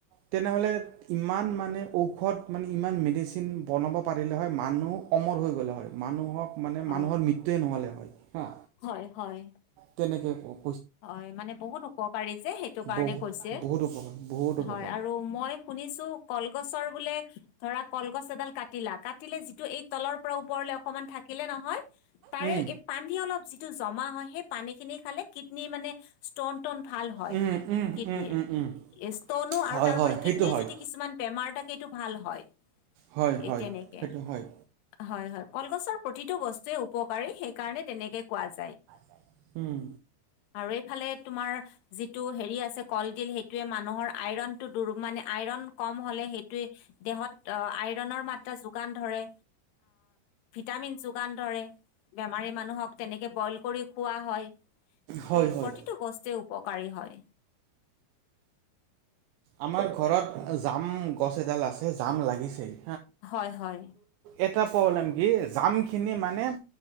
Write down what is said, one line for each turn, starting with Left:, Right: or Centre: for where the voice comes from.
Right: তেনেহ'লে ইমান মানে ঔষধ মানে ইমান মেডিচিন বনাব পাৰিলে হয়। মানুহ অমৰ হৈ গলে মানুহক মানে
Left: হয়
Right: মানুহৰ মৃত্যুয়ে নহল হয় হা।
Left: হয় হয়
Right: তেনেকে ক
Left: হয়, মানে বহুত উপকাৰী যে সেইটো কাৰণে
Right: বহু
Left: কৈছে।
Right: বহুত উপকাৰ বহুত উপকাৰ।
Left: হয় আৰু মই শুনিছো কলগছৰ বোলে ধৰা কলগছ এডাল কাটিলা, কাটিলে যিটো এই তলৰ পৰা ওপৰলে অকমান থাকিলে নহয়। তাৰে
Right: উম। পানী
Left: পানী অলপ যিটো জমা হয় সেই পানী খিনি খালে কিডন মানে ষ্টন তন ভাল হয়
Right: উম, উম,
Left: কিডনিৰ।
Right: উম, উম, উম,
Left: ষ্টনো আৰু
Right: হয়,
Left: তাৰোপৰি
Right: হয়, সেইটো
Left: কিডনীৰ
Right: হয়।
Left: যদি কিছুমান বেমাৰ থাকে এইটো ভাল হয়
Right: হয়, হয়।
Left: এই তেনেকে
Right: সেইটো হয়।
Left: হয় হয় কলগছৰ প্ৰতিটো বস্তুৱে উপকাৰী সেইকাৰণে তেনেকে কোৱা যায়
Right: যায়। উম,
Left: আৰু এইফালে তোমাৰ যিটো হেৰি আছে কলডিল সেইটোৱে মানুহৰ আইৰণটো দু মানে আইৰণ কম হলে সেইটোৱেই দেহত আইৰণৰ মাত্ৰা যোগান ধৰে, ভিটামিন যোগান ধৰে। বেমাৰী মানুহক তেনেকে বইল কৰি খোৱা হয় সেইটো
Right: হয়, হয়।
Left: প্ৰতিটো বস্তুৱে উপকাৰী হয়
Right: আমাৰ ঘৰত জাম গছ এডাল আছে, জাম লাগিছেই।
Left: হয় হয়
Right: এটা প্ৰব্লেম কি জামখিনি মানে